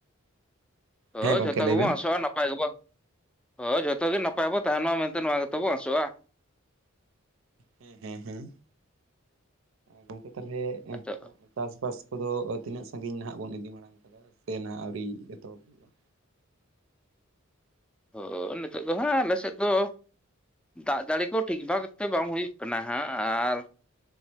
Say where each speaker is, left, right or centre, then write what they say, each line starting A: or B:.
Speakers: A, in the centre; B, on the right (about 70°).
A: ᱦᱳ
B: ᱦᱮᱸ ᱜᱚᱝᱠᱮ
A: ᱡᱷᱚᱛᱚ
B: ᱞᱟᱹᱭ
A: ᱜᱮᱵᱚᱱ
B: ᱵᱮᱱ
A: ᱟᱸᱥᱚᱜᱼᱟ ᱱᱟᱯᱟᱭ ᱜᱮᱵᱚ ᱦᱳ ᱡᱷᱚᱛᱚ ᱜᱮ ᱱᱟᱯᱟᱭ ᱵᱚ ᱛᱟᱦᱮᱱ ᱢᱟ ᱢᱮᱱᱛᱮ ᱱᱚᱣᱟ ᱜᱮᱛᱚ ᱵᱚ ᱟᱥᱚᱜᱼᱟ᱾
B: ᱦᱮᱸ ᱦᱮᱸ ᱦᱮᱸ᱾ ᱜᱚᱝᱠᱮ ᱛᱟᱦᱞᱮ <unintelligible>
A: ᱟᱫᱚ
B: ᱪᱟᱥ ᱵᱟᱥ ᱠᱚᱫᱚ ᱛᱤᱱᱟᱹᱜ ᱥᱟᱺᱜᱤᱧ ᱱᱷᱟᱜ ᱵᱚᱱ ᱤᱫᱤ ᱢᱟᱲᱟᱝ ᱠᱟᱫᱟ ᱥᱮ ᱱᱷᱟᱜ ᱟᱹᱣᱨᱤ ᱮᱛᱚᱦᱚᱵ ᱦᱩᱭᱩᱜᱼᱟ?
A: ᱚᱻ ᱱᱤᱛᱚᱜ ᱫᱚ ᱱᱷᱟᱜ ᱟᱞᱮ ᱥᱮᱫ ᱫᱚ ᱫᱟᱜ ᱡᱟᱹᱲᱤ ᱠᱚ ᱴᱷᱤᱠ ᱵᱷᱟᱜᱽ ᱛᱮ ᱵᱟᱝ ᱦᱩᱭᱩᱜ ᱠᱟᱱᱟ ᱦᱟᱸᱜ ᱟᱨ